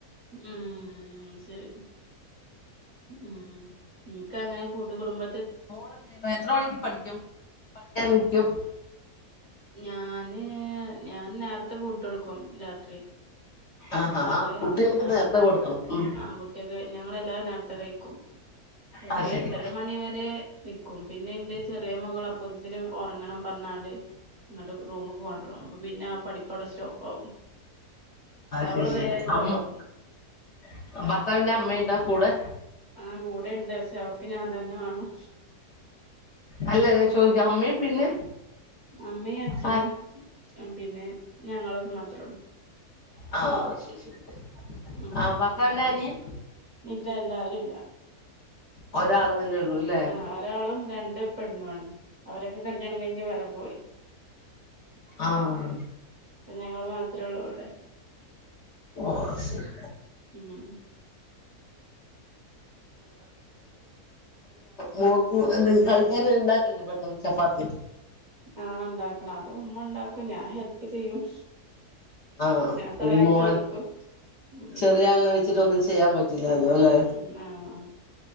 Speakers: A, on the right; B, on the left.
A: ഉം ശരി ഉം നിനക്ക് അങ്ങനെ കൂട്ടുകുടുംബ
B: മോൾ എന്ത് ചെയ്യണ് എത്ര മണിക്ക് പഠിക്കും പഠിക്കാനിരിക്കും
A: ഞാന് ഞാൻ നേരത്തെ ഫുഡ് കൊടുക്കും രാത്രി
B: ആഹാ
A: അങ്ങട്ട്
B: ആ കുട്ടികൾക്ക്
A: ആഹ്
B: നേരത്തെ കൊടുക്കണം ഉം
A: ആ കുട്ടിയക്കെ ഞങ്ങളെല്ലാവരും നേരത്തെ കഴിക്കും ഒരു
B: ആ ശരി
A: എട്ടര മണിവരെ നിക്കും പിന്നെ എന്റെ ചെറിയ മകൾ അബ ഇതിന് ഒറങ്ങണം പറഞ്ഞാണ്ട് ഇങ്ങട്ട് റൂമിക്ക്‌ പോണം അപ്പ പിന്നെ ആ പഠിപ്പടെ സ്റ്റോപ്പ്‌ ആവും അവള്
B: ശരി ശരി
A: വേഗം
B: അമ്മ
A: ഒറങ്ങും
B: ആ <unintelligible> അമ്മയുണ്ടാ കൂടെ
A: ആഹ് കൂടെ ഇണ്ട് ക്ഷേ അവക്ക് ഞാൻ തന്നെ വേണം
B: അല്ല ഞാൻ ചോദിക്കാം അമ്മയും പിന്നെ
A: അമ്മയും അച്ഛനും
B: ആ
A: പിന്നെ ഞങ്ങള മാത്രേ ഉള്ളൂ
B: ആഹ ശരി ശരി
A: ഉം
B: ആ ഭർത്താവിന്റെ ആനിയൻ
A: ഇല്ല എല്ലാരും ഇല്ല
B: ഒരാള് തന്നെ ഉള്ളൂ ല്ലേ
A: ആ ഒരാളും രണ്ട് പെണ്ണു ണ് അവരൊക്കെ കല്യാണം കഴിഞ്ഞ് വറെ പോയി
B: ആഹ്
A: അപ്പ ഞങ്ങള് മാത്രേ ഉള്ളൂ ഇവിടെ
B: ഓ അ ശരി
A: ഉം
B: മോക്ക് എന്തെങ്ക കഴിക്കാന ഇണ്ടാക്കണ്ട പെട്ടെന്ന് ചപ്പാത്തി്
A: ആ ഇണ്ടാക്കണം അത് ഉമ്മ ഇണ്ടാക്കും ഞാൻ ഹെല്പ്പ് ചെയ്യും
B: ആ
A: ഞാൻ സഹായിച്ചു
B: ഇനി മോൻ
A: കൊടുക്കും ഉം
B: ചെറിയ ആളെ വെച്ചിട്ട ഒന്ന് ചെയ്യാൻ പറ്റു റ്റി ല്ലല്ലോല്ലേ
A: ഉം ആഹ്